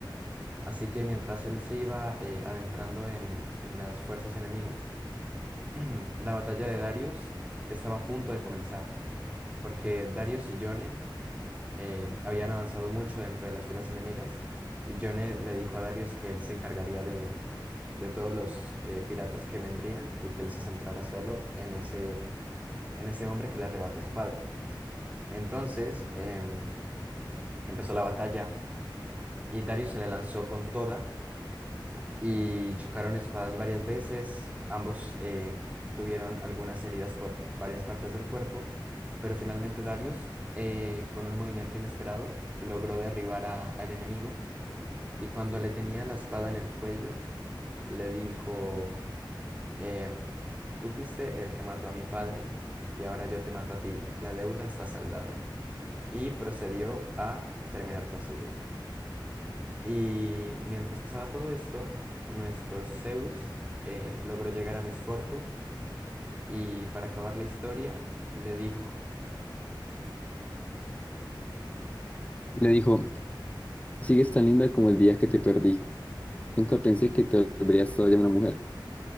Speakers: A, on the right; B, on the left.
A: Así que mientras él se iba eh, adentrando en, en las fuerzas enemigas, <clears throat> la batalla de Darius estaba a punto de comenzar, porque Darius y Yone eh, habían avanzado mucho dentro de las filas enemigas y Yone le dijo a Darius que él se encargaría de, de todos los eh, piratas que vendrían y que él se centrara solo en ese, en ese hombre que le arrebató su padre. Entonces em, empezó la batalla y Darius se le lanzó con toda y chocaron espadas varias veces. Ambos eh, tuvieron algunas heridas por varias partes del cuerpo, pero finalmente Darius, eh, con un movimiento inesperado, logró derribar a- al enemigo Y cuando le tenía la espada en el cuello, le dijo, em, tú fuiste el que mató a mi padre y ahora yo te mato a ti, la deuda está saldada. Y procedió a terminar con su vida. Y mientras pasaba todo esto, nuestro Zeus eh, logró llegar a Miss Fortune y para acabar la historia le dijo,
B: le dijo, sigues tan linda como el día que te perdí. Nunca pensé que te volverías todavía una mujer.